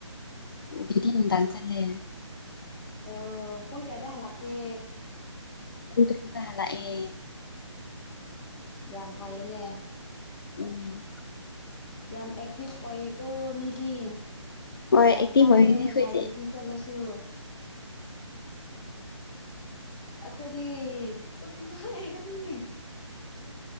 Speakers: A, on the left; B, on the left.
A: ꯗꯨꯇꯤ ꯅꯨꯡꯗꯡꯆꯠꯂꯦ
B: ꯑꯣ ꯄꯨꯡ ꯀꯌꯥꯗ ꯍꯥꯜꯂꯛꯀꯦ
A: ꯄꯨꯡꯇꯔꯨꯛꯇ ꯍꯜꯂꯛꯑꯦ
B: ꯌꯥꯝ ꯐꯩꯌꯦꯅꯦ
A: ꯎꯝ
B: ꯌꯥꯝ ꯑꯦꯛꯇꯤꯚ ꯑꯣꯏꯌꯦꯀꯣ ꯃꯤꯗꯤ
A: ꯍꯣꯏ
B: ꯌꯥꯝ
A: ꯑꯦꯛꯇꯤꯚ
B: ꯀꯜꯂꯦ
A: ꯑꯣꯏꯒꯅꯤ ꯑꯩꯈꯣꯏꯗꯤ
B: ꯅꯥꯏꯠꯗꯨꯇꯤ ꯆꯠꯂꯁꯨ ꯑꯩꯈꯣꯏꯗꯤ ꯇꯨꯝꯕ ꯂꯩꯕꯅꯤꯅꯦ